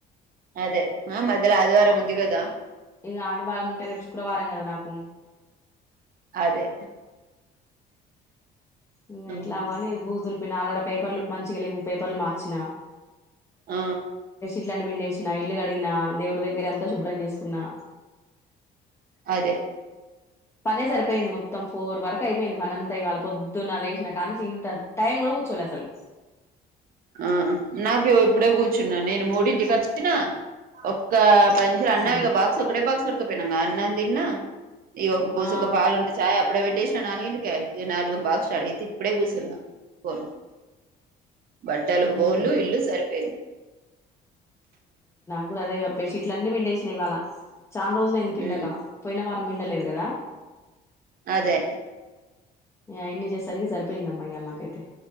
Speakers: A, on the right; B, on the left.
A: అదే మధ్యలో ఆదివారం ముందిగదా
B: ఇగ ఆదివారం ముంట శుక్రవారం కద నాకు
A: అదే
B: అ
A: అవును
B: ఎట్లా అవని భూజలు నాడడ పేపర్లుక్ మంచిగా లేవు పేపర్లు మార్చినా
A: ఆ
B: బట్టలు పిండేసినా ఇల్లు కడిగినా దేవుడి దగ్గర అంతా శుభ్రం చేసుకున్నా
A: అదే
B: పనే సరిపోయింది మొత్తం ఫోర్ వరకు అయిపోయింది పనంతా ఇవాళ పొద్దున్న లేచినా కానీసి ఇంత టైం కూడా కూర్చోలేదు అసలు
A: ఆ నాకు ఇప్పుడే కూర్చున్నా నేను మూడింటికి వచ్చిన ఒక్క పది నిమిష అన్నం
B: ఆ
A: బక్స్ ఒకటే బాక్స్ అన్న తన్నా ఇ ఒక పూసు
B: ఆ
A: ఒక పాలుంటే చాయ ఇప్పుడ వెట్టేసిన నాలుగంటిక నాలుగు బాస్టార్ట్ అతే ఇప్పుడే కూచరున్నా పో బట్టలు
B: ఉమ్
A: బోల్లు ఇల్లు సరిపోయింది
B: గూడా అదే బెడ్షీట్లు అన్ని బిండేషన ఇవాళ చాలా రోజుల అయింది పిండగ
A: ఉమ్
B: పోయిన వారం పిం తె లేదు కదా
A: అదే
B: అన్ని చేసరికి సరిపోయింద అమ్మా ఇయాల నాకైతే